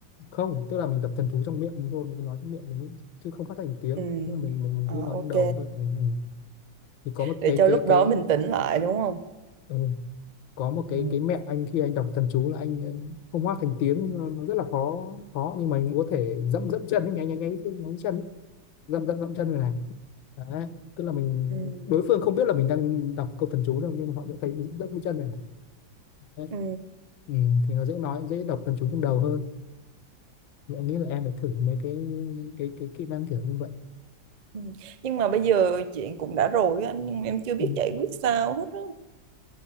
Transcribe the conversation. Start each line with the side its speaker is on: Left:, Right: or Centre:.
Left: không tức là mình tập thần chú trong miệng mình thôi mình cứ nói trong miệng mình nghĩ, chứ không phát thành tiếng
Right: ừ.
Left: tức là mình mình mình
Right: Ờ,
Left: cứ nói
Right: ok
Left: trong đầu thôi mình ừ. thì có một
Right: để
Left: cái
Right: cho
Left: cái
Right: lúc
Left: cái
Right: đó mình tỉnh lại đúng không
Left: ừ, có một cái
Right: Ừ.
Left: cái mẹo anh khi anh đọc thần chú là anh ờ, không hát thành tiếng nó nó rất là khó khó nhưng mà anh có thể dẫm dẫm chân ấy, nháy nháy nháy nháy chân ấy, dẫm dẫm dẫm chân này này đấy tức là mình
Right: ừ.
Left: đối phương không biết là mình đang đọc câu thần chú đâu nhưng mà họ sẽ thấy mình dẫm dẫm cái chân này này đấy.
Right: Ừ.
Left: Ừ, thì nó dễ nói dễ đọc thần chú trong đầu hơn thì anh nghĩ là em phải thử mấy cái cái cái kỹ năng kiểu như vậy
Right: Ừ. nhưng mà bây giờ chuyện cũng đã rồi á anh nhưng mà em chưa biết
Left: ừ.
Right: giải quyết sao hết á